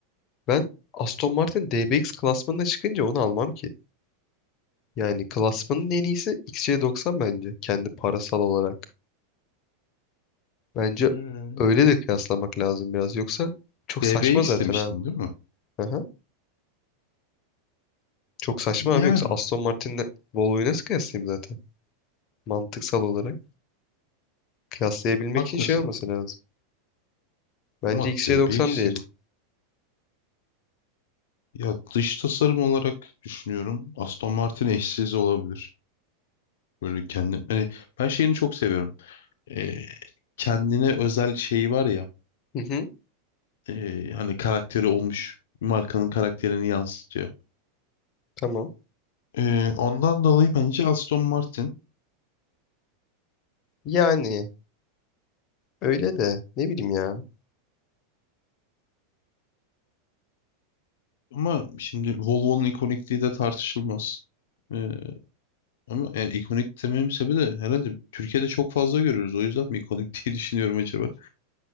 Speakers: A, on the left; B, on the left.
A: Ben Aston Martin DBX klasmanına çıkınca onu almam ki. Yani klasmanın en iyisi XC90 bence. Kendi parasal olarak. Bence
B: Ee,
A: öyle de kıyaslamak lazım biraz. Yoksa çok
B: DBX
A: saçma zaten
B: demiştin
A: abi.
B: değil mi?
A: Aha. Çok saçma
B: Yani
A: abi yoksa Aston Martin'le Volvo'yu nasıl kıyaslayayım zaten? Mantıksal olarak. Kıyaslayabilmek
B: haklısın.
A: için şey olması lazım. Bence
B: Ama
A: XC90
B: DBX
A: diyelim.
B: de ya dış tasarım olarak düşünüyorum. Aston Martin eşsiz olabilir. Böyle kendim hani ben şeyini çok seviyorum. Ee, kendine özel şeyi var ya
A: Hı hı,
B: ee, hani karakteri olmuş markanın karakterini yansıtıyor.
A: tamam.
B: Ee, ondan dolayı bence Aston Martin
A: Yani öyle de ne bileyim ya.
B: ama şimdi Volvo'nun ikonikliği de tartışılmaz. Ee, ama yani ikonik dememin sebebi de herhalde Türkiye'de çok fazla görüyoruz. O yüzden mi ikonik <laughs> diye düşünüyorum acaba?